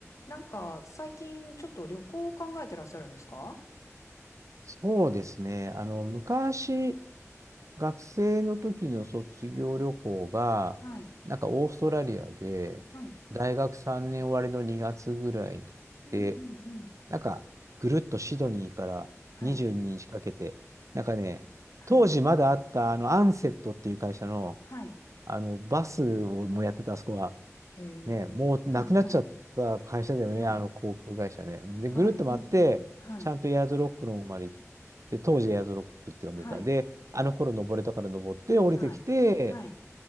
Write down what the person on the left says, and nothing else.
なんか最近ちょっと旅行を考えてらっしゃるんですか
うん、
はい、
はい、
うんうんうん、
はい、
はい、
はい、
へえ。
はい、はい、はい、
はい、
うんうん、はい、
はい、
はい、はい。